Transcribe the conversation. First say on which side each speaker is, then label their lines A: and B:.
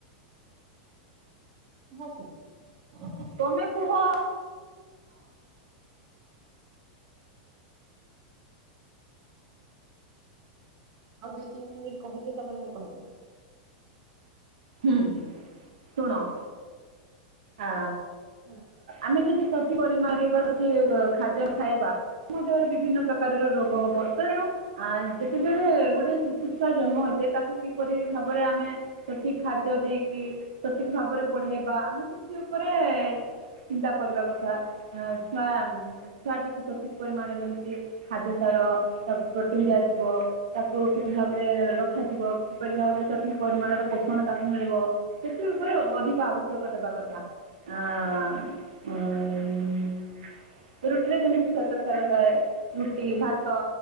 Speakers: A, on the right; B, on the right.
A: <unintelligible>
B: ତୁମେ କୁହ।
A: ଆଉ ଦି ତିନି ମିନିଟ୍ କହିଦିଅ ତାପରେ ମୁଁ କହିବି।
B: ହୁଁ ଶୁଣ। ଆ
A: ହୁଁ
B: ଆମେ ଯଦି ସଠି ପରିମାଣରେ ସେ ଖାଦ୍ୟ ଖାଇବା। ଆମ ଦେହରେ ବିଭିନ୍ନ ପ୍ରକାରର ରୋଗ ହବ ତେଣୁ ଆ ଯେତେବେଳେ ଗୋଟେ ଶିଶୁ ଛୁଆ ଜନ୍ମ ହେଇଥାଏ ତାକୁ କିପରି ଭାବରେ ଆମେ ସଠିକ ଖାଦ୍ୟ ଦେଇକି ସଠିକ ଭାବରେ ବଢେଇବା। ସେ ଉପରେ ଚିନ୍ତା କରିବା କଥା ଛୁଆ ଛୁଆଟିକୁ
A: ହୁଁ
B: ସଠିକ ପରିମାଣରେ ଏମିତି ଖାଦ୍ୟ ସାର ତାକୁ ପ୍ରୋଟିନ ଦିଆଯିବ। ତାକୁ ଠିକ୍ ଭାବରେ ରଖାଯିବ।
A: ହୁଁ
B: କିପରି ଭାବରେ ସଠିକ ପରିମାଣର ପୋଷଣ ତାକୁ ମିଳିବ ସେଥି ଉପରେ ଅଧିକ ଆବଶ୍ୟକ ଦେବା କଥା। ନାଁ ଉଁ।
A: ହୁଁ।
B: ରୁଟିରେ ଯେମିତି ଶ୍ୱେତସାର ଥାଏ ରୁଟି, ଭାତ,